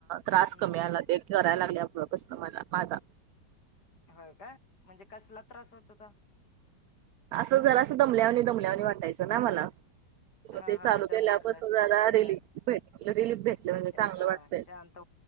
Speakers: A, on the right (about 70°); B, on the left (about 60°).
A: त्रास
B: हम्म
A: कमी
B: हम्म
A: आला त्या कराय लागल्या पासान मला माझा.
B: होय काय! म्हणजे कसला त्रास होत होता?
A: असं जरास दमल्यावनी, दमल्यावनी, वाटायचं ना मला म
B: हा
A: ते
B: हा
A: चालू
B: दम
A: केल्यापासून
B: भरल्यासारखं
A: जरा
B: ते
A: रिलीफ भेट रिलीफ भेटलं म्हणजे चांगलं
B: हा
A: वाटतय
B: शांत